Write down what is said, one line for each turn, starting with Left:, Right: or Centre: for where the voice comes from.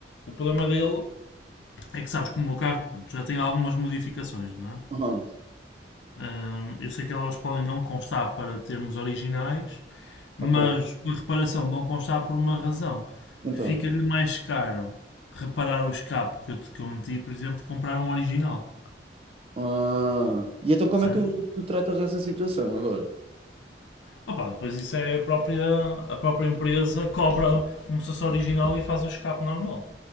Left: o problema dele é que sabes que o meu carro pronto, já tem algumas modificações, não é?
Right: Aham,
Left: Ahm, eu sei que elas podem não constar para termos originais, mas
Right: ok,
Left: por reparação vão constar por uma razão.
Right: então.
Left: Fica-lhe mais caro reparar o escape que eu, que eu meti, por exemplo, comprar um original,
Right: Ah, e então como
Left: percebes?
Right: é que tu, tu tratas dessa situação agora?
Left: Ah pá, depois isso é a própria, a própria empresa cobra um processo original e faz o escape normal.